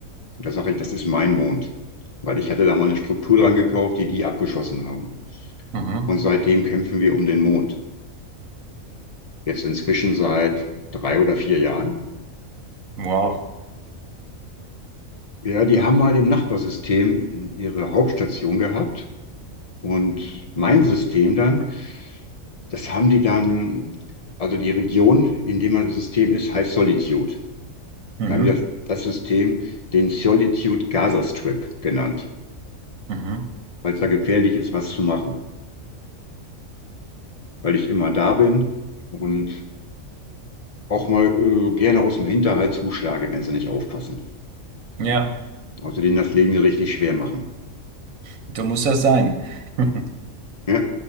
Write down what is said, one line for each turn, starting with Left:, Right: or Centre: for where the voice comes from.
Left: Und da sage ich, das ist mein Mond. Weil ich hatte da mal eine Struktur dran gekauft, die die abgeschossen haben.
Right: Mhm.
Left: Und seitdem kämpfen wir um den Mond. Jetzt inzwischen seit drei oder vier Jahren.
Right: Wow.
Left: Ja, die haben mal im Nachbarsystem ihre Hauptstation gehabt. Und mein System dann Das haben die dann, also die Region, in der man das System ist, heißt Solitude.
Right: Mhm.
Left: Wir haben das, das System den Solitude Gaza Strip genannt,
Right: Mhm.
Left: weil es da gefährlich ist, was zu machen, weil ich immer da bin und auch mal äh, gerne aus dem Hinterhalt zuschlage, wenn sie nicht aufpassen.
Right: Ja,
Left: Also denen das Leben hier richtig schwer machen.
Right: du musst das sein. <laughs>
Left: Ja.